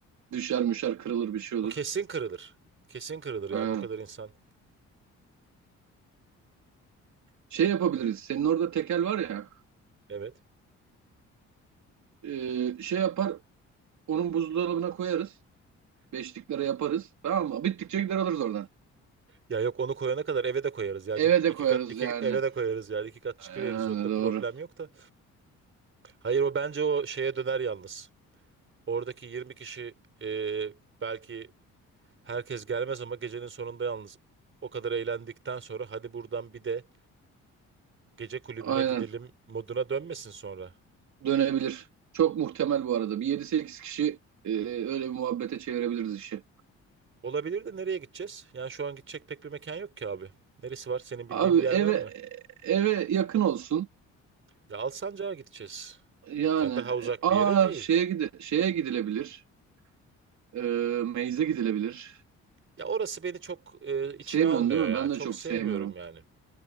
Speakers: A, on the right; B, on the right.
A: düşer müşer kırılır bir şey olur.
B: O kesin kırılır. Kesin kırılır
A: Aynen.
B: yani o kadar insan.
A: Şey yapabiliriz.
B: E,
A: Senin orada tekel var ya.
B: Evet.
A: e, şey yapar. Onun buzdolabına koyarız. Beşliklere yaparız. Tamam mı? Bittikçe gider alırız oradan.
B: Ya yok onu koyana kadar eve de koyarız ya
A: Eve
B: canım.
A: de
B: İki
A: koyarız
B: kat iki
A: yani.
B: eve de koyarız yani. iki kat çıkıveririz
A: Yani
B: onda
A: doğru.
B: problem yok da. Hayır o bence o şeye döner yalnız. Oradaki 20 kişi e, belki herkes gelmez ama gecenin sonunda yalnız o kadar eğlendikten sonra hadi buradan bir de gece kulübüne
A: Aynen.
B: gidelim moduna dönmesin sonra.
A: Dönebilir. Çok muhtemel bu arada. Bir yedi sekiz kişi e, öyle bir muhabbete çevirebiliriz işi.
B: Olabilir de nereye gideceğiz? Yani şu an gidecek pek bir mekan yok ki abi. Neresi var? Senin bildiğin
A: Abi
B: bir
A: eve
B: yer var mı?
A: eve yakın olsun.
B: Ya Alsancak'a gideceğiz.
A: Yani
B: Yani daha uzak
A: e, aa
B: bir yere değil.
A: şeye gide şeye gidilebilir. E, meyze gidilebilir.
B: Ya orası beni çok e, içine
A: Sevmiyorsun
B: almıyor
A: değil mi?
B: ya.
A: Ben
B: Çok
A: de çok
B: sevmiyorum
A: sevmiyorum.
B: yani.